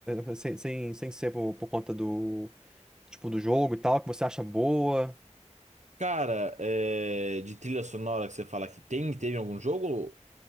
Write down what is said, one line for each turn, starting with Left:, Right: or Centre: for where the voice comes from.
Centre: eh, sem, sem, sem ser por, por conta do, tipo, do jogo e tal, que você acha boa.
Right: Cara, é, de trilha sonora que você fala que tem, teve em algum jogo?